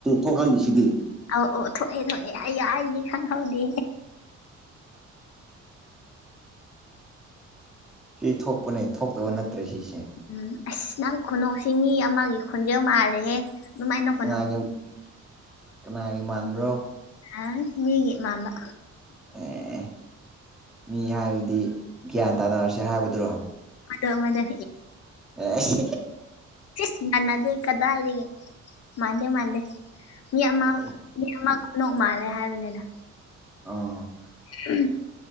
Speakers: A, in the centre; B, on the left.
A: ꯊꯣꯛꯍꯜꯂꯤꯁꯤꯗꯤ
B: ꯑꯧ ꯑꯣ ꯊꯣꯛꯑꯦ ꯊꯣꯛꯑꯦ ꯑꯩ ꯌꯥ ꯑꯩꯒꯤ ꯈꯪꯍꯧꯗꯦ
A: ꯁꯤ ꯊꯣꯛꯄꯅꯦ ꯊꯣꯛꯇꯕ ꯅꯠꯇ꯭ꯔꯦ ꯁꯤꯁꯦ
B: ꯎꯝ ꯑꯁ ꯅꯪ ꯈꯨꯅꯣꯛꯁꯤ ꯃꯤ ꯑꯃꯒꯤ ꯈꯣꯟꯖꯦꯜ ꯃꯥꯜꯂꯦꯍꯦ ꯑꯗꯨꯃꯥꯏꯅ ꯅꯣꯛꯀꯅꯨ
A: ꯀꯅꯥꯒꯤ ꯀꯅꯥꯒꯤ ꯃꯥꯟꯕ꯭ꯔꯣ
B: ꯑ ꯃꯤꯒꯤ ꯃꯥꯟꯕ꯫
A: ꯑꯦ ꯃꯤ ꯍꯥꯏꯔꯗꯤ ꯒ꯭ꯌꯥꯟ ꯇꯥꯅꯔꯁꯦ ꯍꯥꯏꯕꯗꯨꯔꯣ꯫
B: ꯃꯗ ꯃꯗ
A: ꯑꯥꯏꯁ
B: ꯁꯤꯁ ꯃꯥꯟꯅꯗꯦ ꯀꯗꯥꯏꯗꯒꯤ꯫ ꯃꯥꯟꯗꯦ ꯃꯥꯟꯗꯦ ꯃꯤ ꯑꯃ
A: ꯑꯦ
B: ꯃꯤ ꯑꯃ ꯈꯨꯅꯣꯛ ꯃꯥꯜꯂꯦ ꯍꯥꯏꯕꯅꯤꯗ꯫
A: ꯑ
B: <unintelligible>